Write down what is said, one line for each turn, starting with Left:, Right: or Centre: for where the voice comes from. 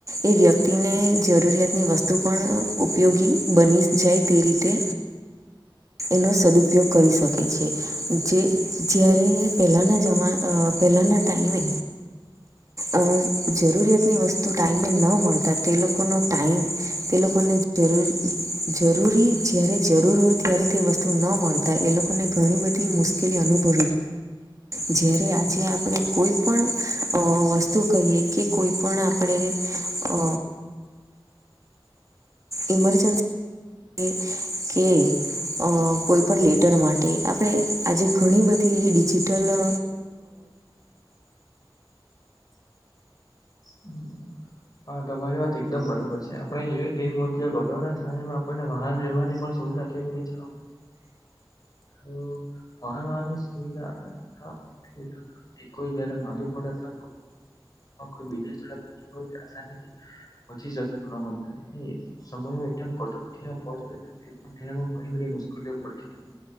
Right: એ વ્યક્તિને જરૂરિયાતની વસ્તુ પણ ઉપયોગી બની જાય તે રીતે એનો સદુપયોગ કરી શકે છે જે જ્યારે પહેલાના જમાના પહેલાના ટાઈમે અ જરૂરિયાતની વસ્તુ ટાઈમે ન મળતા તે લોકોનો ટાઈમ તે લોકોને જરૂર જરૂરી જયારે જરૂર હોતી ત્યારે તે વસ્તુ ન મળતા એ લોકોને ઘણી બધી મુશ્કેલી અનુભવી જ્યારે આજે આપણે કોઈ પણ વસ્તુ કહીએ કે કોઈ પણ આપણે અ ઇમરજન્સી કે અ કોઈપણ લેટર માટે આપણે આજે ઘણી બધી એવી ડિજિટલ અ
Left: હમ હા તમારી વાત એકદમ બરોબર છે આપણે જોઈએ તે મુજબ અગાઉના સમયમાં આપણને વાહન વ્યવહારની પણ સુવિધા એટલે જવા તો પરણવા સુવિધા ની કોઈ રે માંદું પડે તો કોઈ બીજ સ્થ હોય આ પછી શક ન હો એ સમય એ કટકમાં પહોચ પણ તે ઘણી બધી મુશ્કેલીઓ પડતી હતી